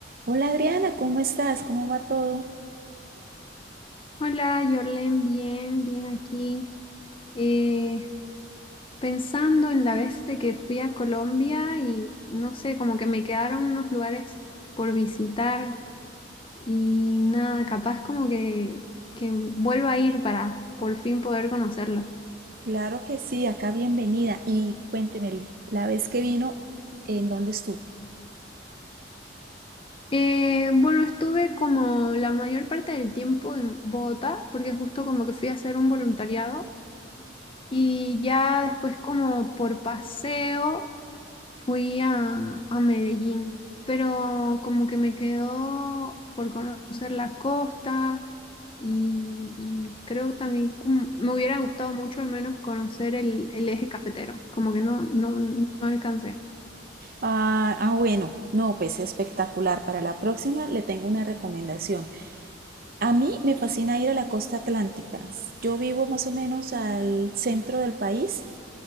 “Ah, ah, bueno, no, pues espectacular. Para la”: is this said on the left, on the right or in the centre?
Right